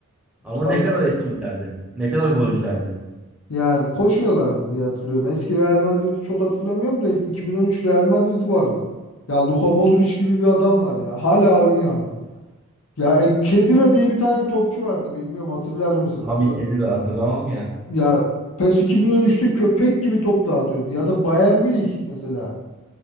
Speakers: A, in the centre; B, on the left.
A: Ama
B: sağ
A: ne kadar etkililerdi. Ne kadar golcülerdi.
B: Yani koşuyorlardı diye hatırlıyorum. Eski Real Madrid'i çok hatırlamıyorum da 2013 Real Madrid'i vardı. Ya Luka Modric gibi bir adam var ya. Hala oynuyor ama. Ya e, Khedira diye bir tane topçu vardı. Bilmiyorum hatırlar mısın?
A: Ahmet
B: Ula-
A: Yedir hatırlamam ya.
B: Ya PES 2013'te köpek gibi top dağıtıyordu. Ya da Bayern Münih mesela.